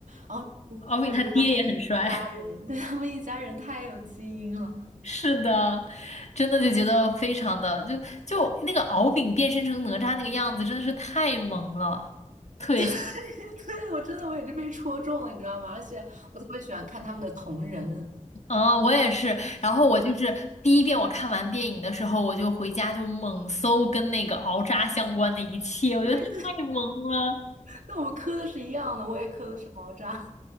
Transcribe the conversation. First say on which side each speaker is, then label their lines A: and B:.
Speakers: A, on the right; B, on the left.
A: 哦，
B: 敖丙他爹也很帅。
A: 我觉得他们一家人，<laughs> 对，他们一家人太有基因了。
B: <laughs> 是的，真的就觉得非常的，就就那个敖丙变身成哪吒那个样子，真的是太萌了。特别。
A: <laughs> 对，我真的我也是被戳中了，你知道吗？而且我特别喜欢看他们的同人。
B: 嗯，我也是。然后我就是第一遍我看完电影的时候，我就回家就猛搜跟那个敖渣相关的一切，
A: <laughs>
B: 我觉得太萌了，
A: 对，那我们磕的是一样的，我也磕的是毛渣